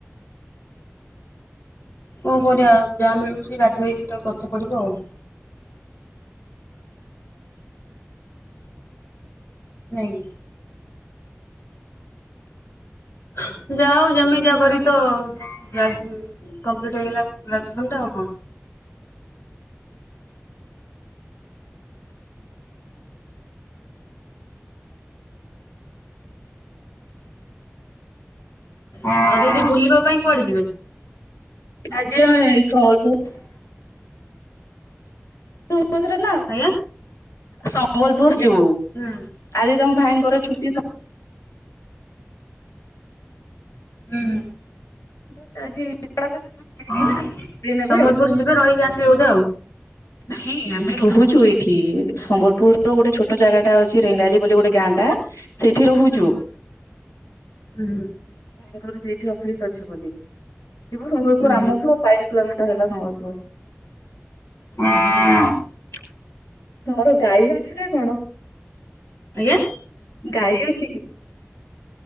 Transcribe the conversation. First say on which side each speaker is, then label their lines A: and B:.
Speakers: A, on the left; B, on the left.
A: କଣ କରିବା ଯାହା ମିଳୁଛି ବାଧ୍ୟ ହେଇ ସେଟା ପାଠ ପଢ଼ିବ ଆଉ। ନାଇଁ କି। <unintelligible> <unintelligible> ଆଉ ଦିଦି ବୁଲିବା ପାଇଁ କୁଆଡେ ଯିବେ?
B: <unintelligible> <unintelligible> ନା
A: ଆଜ୍ଞା
B: ସମ୍ବଲପୁର ଯିବୁ।
A: ହୁଁ
B: ଆଜି ତମ ଭାଇଙ୍କର ଛୁଟି।
A: ହୁଁ, ହୁଁ।
B: <unintelligible>
A: ହଁ
B: ସେ ନେବେ
A: ସମ୍ବଲପୁର
B: ଆଉ।
A: ଯିବେ ରହିକି ଆସିବେ ବୋଧେ ଆଉ?
B: ନାଇଁ ଆମେ ରହୁଚୁ ଏଇଠି ସମ୍ବଲପୁର ରୁ ଗୋଟେ ଛୋଟ ଜାଗା ଟା ଅଛି ରେଙ୍ଗାଲି ବୋଲି ଗୋଟେ ଗାଁ ଟା। ସେଇଠି ରହୁଚୁ।
A: ହୁଁ ହୁଁ
B: ଭାଇଙ୍କର ସେଇଠି ଅଫିସ ଅଛି ବୋଲି ଯିବୁ ସମ୍ବଲପୁର
A: ହୁଁ
B: ଆମଠୁ।
A: ହୁଁ।
B: ବାଇଶ କିଲୋମିଟର ହେଲା ସମ୍ବଲପୁର।
A: <unintelligible>
B: ତୋର ଗାଈ ଅଛି ନା କଣ?
A: ଆଜ୍ଞା।
B: ଗାଈ ଅଛି କି?